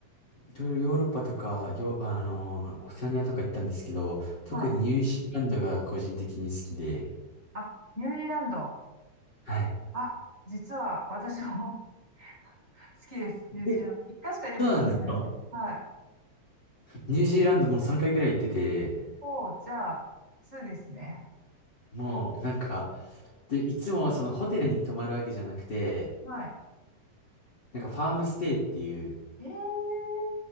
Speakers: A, on the left; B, on the right.
A: いろいろヨーロッパとか、よ、あのー、オセアニアとか行ったんですけど、特にニュージーランドが個人的に好きで、
B: はい。あ、ニュージーランド。
A: はい。
B: あ、実は私も <laughs> 好きです。ニュージーランド。
A: え
B: 一回しかでも行ったことないですけど。
A: そうなんですか
B: はい。
A: ニュージーランドもう3回くらい行ってて、
B: おじゃあ、2ですね。
A: もうなんか、で、いつもそのホテルに泊まるわけじゃなくて、
B: はい。
A: なんかファームステイっていう、
B: えー、